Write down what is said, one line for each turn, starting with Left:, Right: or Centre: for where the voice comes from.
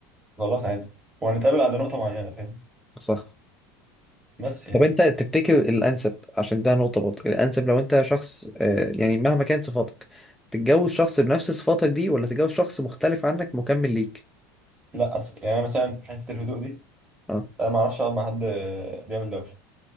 Right: خلاص عادي وهنتقابل عند نقطه معينه فاهم
Centre: صح
Right: بس يعني
Centre: طب انت تفتكر الانسب عشان ده نقطه برضه الانسب لو انت شخص آه، يعني مهما كانت صفاتك تتجوز شخص بنفس صفاتك دي ولا تتجوز شخص مختلف عنك مكمل ليك
Right: لا أصل يعني انا مثلا في حته الهدوء دي
Centre: اه
Right: انا ما اعرفش اقعد مع حد بيعمل دوشه